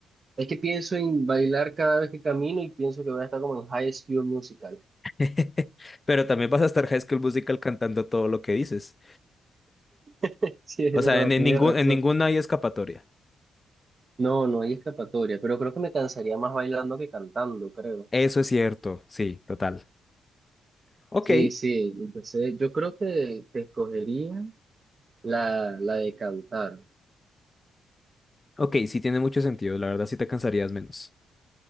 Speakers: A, on the right; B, on the left.
A: Es que pienso en bailar cada vez que camino y pienso que voy a estar como en High School Musical.
B: <laughs> Pero también vas a estar High School Musical cantando todo lo que dices.
A: <laughs> Sí, es
B: O
A: verdad,
B: sea, en, en
A: tienes
B: ningún,
A: razón.
B: en ninguna hay escapatoria.
A: No, no hay escapatoria, pero creo que me cansaría más bailando que cantando, creo.
B: Eso es cierto, sí, total. Ok,
A: Sí, sí, entonces yo creo que te escogería la, la de cantar.
B: ok, sí tiene mucho sentido. La verdad sí te cansarías menos.